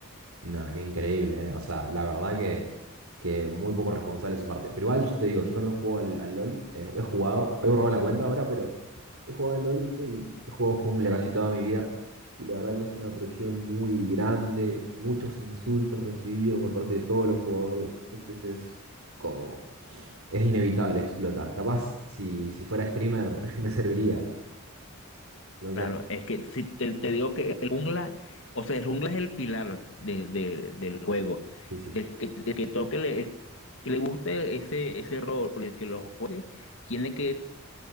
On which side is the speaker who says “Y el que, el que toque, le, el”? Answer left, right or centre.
Left